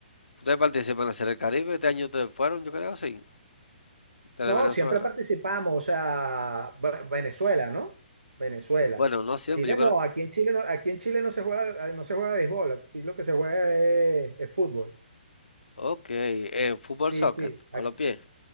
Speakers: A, on the left; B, on the right.
A: ¿Ustedes participan en la Serie del Caribe? Este año ustedes fueron, yo creo, sí. Desde
B: No,
A: Venezuela.
B: siempre participamos, o sea, Ve- Venezuela, ¿no? Venezuela.
A: Bueno, no siempre,
B: Chile
A: yo creo.
B: no, aquí en Chile no, aquí en Chile no se juega, no se juega béisbol, aquí lo que se juega es, es fútbol.
A: Ok, eh, fútbol
B: Sí,
A: soccer,
B: sí,
A: con
B: ac-
A: los pies.